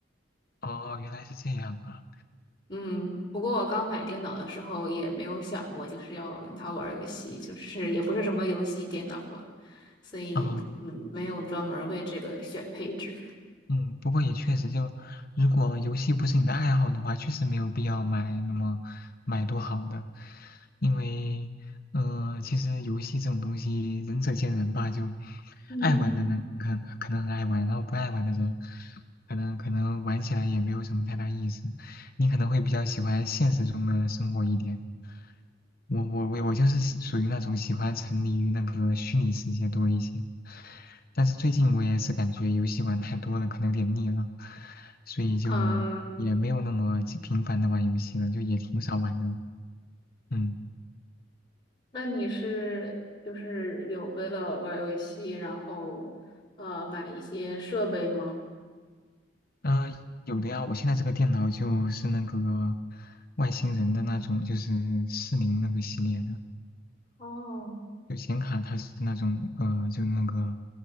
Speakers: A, on the left; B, on the left.
A: 哦，原来是这样啊。
B: 嗯，不过我刚买电脑的时候也没有想过就是要用它玩儿游戏，就是也不是什么游戏电脑吧，所以嗯，
A: 啊，
B: 没有专门儿为这个选配置。
A: 嗯，不过也确实就，如果游戏不是你的爱好的话，确实没有必要买那么买多好的，因为，呃，其实游戏这种东西仁者见仁吧，就
B: 嗯。
A: 爱玩的人可能可能很爱玩，然后不爱玩的人可能可能玩起来也没有什么太大意思，你可能会比较喜欢现实中的生活一点。我我我我就是喜属于那种喜欢沉迷于那个虚拟世界多一些，但是最近我也是感觉游戏玩太多了，可能有点腻了，所以就也没有那么经频繁的玩游戏了，
B: 嗯，
A: 就也挺少玩的。嗯，
B: 那你是就是有为了玩儿游戏，然后呃买一些设备吗？
A: 呃，有的呀，我现在这个电脑就是那个外星人的那种，就是四零那个系列的。
B: 哦，
A: 有显卡它是那种呃，就那个